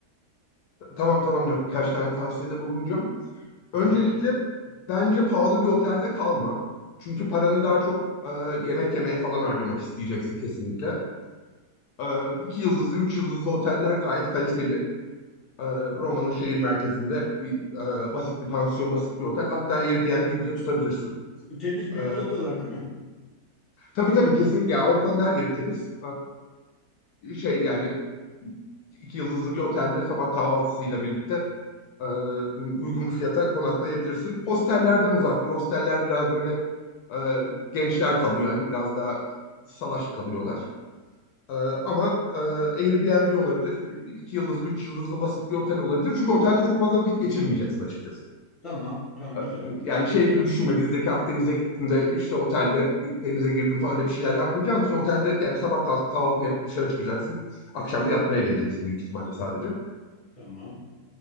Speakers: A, on the left; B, in the centre.
A: Tamam tamam yok birkaç tane tavsiyede bulunacağım.
B: Hı
A: Öncelikle bence pahalı bir otelde kalma. Çünkü paranı daha çok e, yemek yemeye falan harcamak isteyeceksin kesinlikle. E, iki yıldızlı, üç yıldızlı oteller gayet kaliteli. E, Roma'nın şehir merkezinde bir e, basit bir pansiyon, basit bir otel. Hatta Airbnb bile tutabilirsin.
B: hı. Temiz memiz
A: E,
B: oluyorlar değil mi?
A: Tabii tabii kesinlikle. Yani Avrupa'nın her yeri temiz. Ee, şey yani iki yıldızlı bir otelde sabah kahvaltısıyla birlikte e, uygun bir fiyata konaklayabilirsin. Hostellerden uzak dur. Hosteller biraz böyle e, gençler kalıyor yani biraz daha salaş kalıyorlar. E, ama e, Airbnb olabilir, iki yıldızlı, üç yıldızlı basit bir otel olabilir. Çünkü otelde çok fazla vakit geçirmeyeceksin açıkçası.
B: Tamam, tamam
A: Ee,
B: güzel.
A: Yani şey gibi düşünme bizdeki Akdeniz'e gittim de işte otelde denize girdim falan öyle bir şeyler yapmayacaksın. için otelde yani sabah kalk, kahvaltını yapıp dışarı çıkacaksın. Akşam da yatmaya geleceksin büyük ihtimalle sadece.
B: Tamam.